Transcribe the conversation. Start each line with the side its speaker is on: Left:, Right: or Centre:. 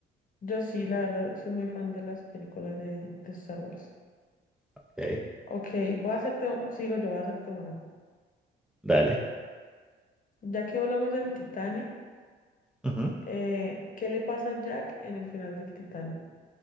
Left: Yo sí, la verdad, soy muy fan de las películas de, de Star Wars.
Centre: Ok,
Left: Ok, voy a hacerte, sigo yo, voy a hacerte una.
Centre: dale.
Left: Ya que hablamos del Titanic,
Centre: Ujú.
Left: eh, ¿qué le pasa a Jack en el final del Titanic?